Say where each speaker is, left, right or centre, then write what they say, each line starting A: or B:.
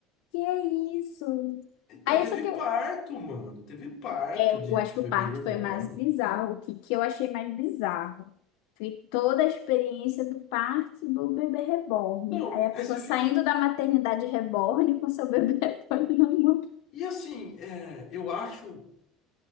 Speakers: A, on the left; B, on the left.
A: que é isso?
B: Então,
A: Aí
B: teve
A: só que
B: parto, mano. Teve parto
A: É, eu
B: de,
A: acho
B: de
A: que
B: bebê
A: o parto
B: reborn.
A: foi mais bizarro. O que, que eu achei mais bizarro? Foi toda a experiência do parto do bebê reborn.
B: Então,
A: Aí a pessoa
B: aí você
A: saindo
B: fica.
A: da maternidade reborn com seu bebê <laughs> reborn na mão.
B: E assim, é, eu acho.